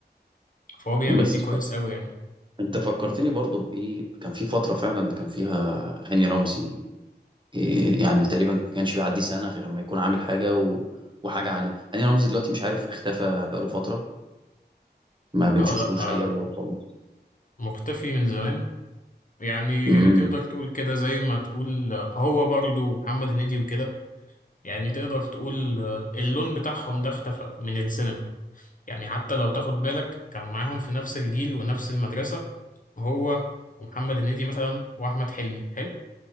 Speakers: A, on the left; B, on the right.
A: فهو بيعمل
B: بس
A: دي كويس قوي يعني
B: فانت فكرتني برضو بايه كان في فترة فعلا كان فيها هاني رمزي إيه يعني تقريبا ما كانش بيعدي سنة غير لما يكون عامل حاجة و... وحاجة عالية هاني رمزي دلوقتي مش عارف اختفى بقاله فترة ما بنشوفلوش
A: اه لا آه
B: اي ادوار خالص
A: مختفي من زمان يعني
B: امم
A: تقدر تقول كده زي ما تقول آه، هو برضو محمد هنيدي وكده يعني تقدر تقول آه، اللون بتاعهم ده اختفى من السينما يعني حتى لو تاخد بالك كان معاهم في نفس الجيل ونفس المدرسة هو ومحمد هنيدي مثلا واحمد حلمي حلو